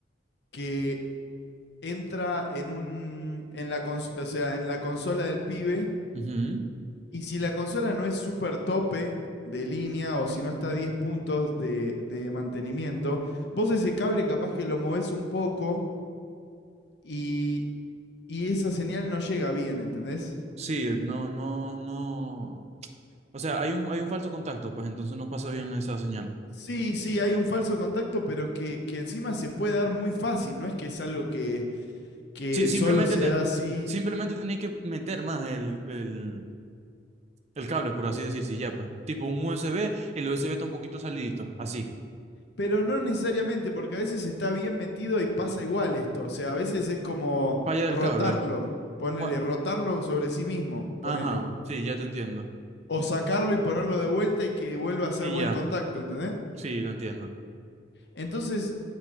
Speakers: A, on the left; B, on the right.
A: que entra en un en la cons- o sea, en la consola del pibe
B: Ujú,
A: y si la consola no es súper tope de línea o si no está a 10 puntos de, de mantenimiento, vos ese cable capaz que lo movés un poco y, y esa señal no llega bien, ¿entendés?
B: Sí, no, no, no. O sea, hay un, hay un falso contacto, pues entonces no pasa bien esa señal.
A: Sí, sí, hay un falso contacto, pero que, que encima se puede dar muy fácil, no es que es algo que, que
B: Sí, simplemente
A: solo se
B: te,
A: da así
B: simplemente tenéis que meter más el, el, el cable, por así decir, sí, ya, pues. Tipo un USB, el USB está un poquito salidito, así.
A: Pero no necesariamente, porque a veces está bien metido y pasa igual esto. O sea, a veces es como
B: Falla del
A: rotarlo,
B: cable.
A: ponele,
B: Bueno,
A: rotarlo sobre sí mismo, ponele.
B: ajá, sí, ya te entiendo.
A: O sacarlo y ponerlo de vuelta y que vuelva a ser
B: Y
A: buen
B: ya,
A: contacto, ¿entendés?
B: sí, lo entiendo.
A: Entonces,